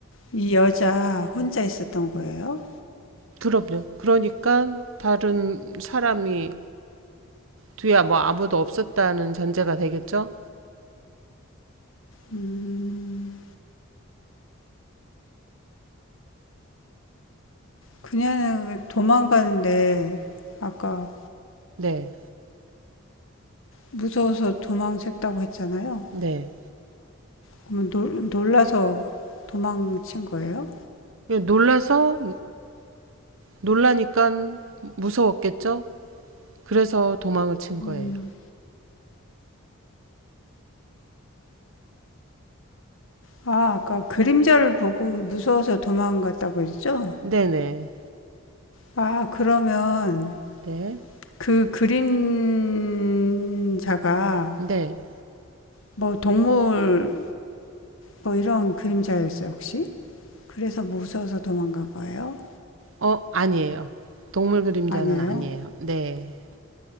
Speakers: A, on the left; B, on the right.
A: 이 여자 혼자 있었던 거예요?
B: 그럼요 그러니까 다른 사람이 뒤에 뭐 아무도 없었다는 전제가 되겠죠?
A: 음. 그녀는 도망가는데 아까
B: 네,
A: 무서워서 도망쳤다고 했잖아요.
B: 네.
A: 그러면 놀, 놀라서 도망친 거예요?
B: 예, 놀라서, 놀라니까 무서웠겠죠? 그래서 도망을 친 거예요.
A: 음, 아, 아까 그림자를 보고 무서워서 도망갔다고 했죠?
B: 네네,
A: 아, 그러면
B: 네,
A: 그 그림자가
B: 네. 네.
A: 뭐 동물 뭐 이런 그림자였어요, 혹시? 그래서 무서워서 도망간 거예요?
B: 어, 아니에요. 동물 그림자는
A: 아니에요?
B: 아니에요. 네,